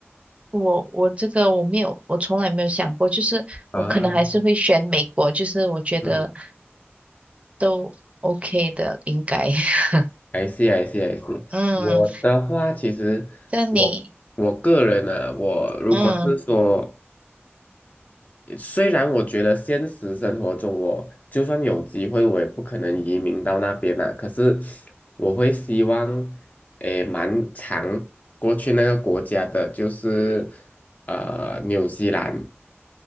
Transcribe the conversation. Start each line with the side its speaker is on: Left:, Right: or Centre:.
Right: 我我这个我没有，我从来没有想过，就是我可能还是会选美国，
Left: 啊，
Right: 就是我觉得
Left: 嗯。
Right: 都 OK 的，应该。<laughs>
Left: I see, I s I s
Right: 嗯。
Left: 我的话，其实我我个人呢、
Right: 像你，
Left: 我如果是说，
Right: 嗯
Left: 虽然我觉得现实生活中我就算有机会，我也不可能移民到那边啦、可是我会希望，诶，蛮长过去那个国家的，就是呃，纽西兰。